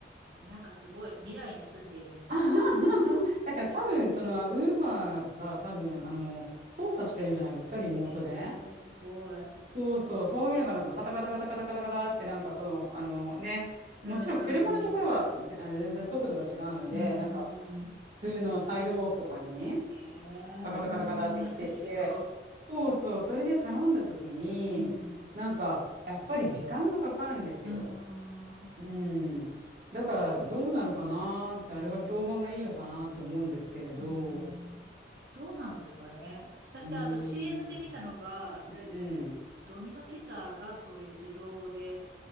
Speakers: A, on the right (about 65°); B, on the right (about 45°).
A: えー、なんかすごい。未来に住んでいるみたい。
B: あははだから多分、その、ウーバーが多分、あの、操作してるんじゃないですか、リモートで。
A: へえ、すごい。
B: そうそう、そういうのがなんかカタカタカタカタカタカタってなんかその、あのね、
A: うん
B: もちろん車のところはぜあの全然速度が違うので、
A: うんうん。うんう
B: なんか
A: んうん。
B: 普通のサイドウォークとかに
A: へ
B: カタカタカタカタって来てて、
A: え、<laughs> すごい。
B: そうそう、それで頼んだ時に、
A: うん。
B: なんかやっぱり時間がかかるんですよ。
A: うん。う
B: うん。だからどうなのかなーって、
A: ん。
B: あれは評判がいいのかなって思うんですけれど、
A: うん。どうなんですかね。私、
B: うん、
A: あの CM で見たのが、
B: うんうん、
A: ドミノピザがそういう自動で、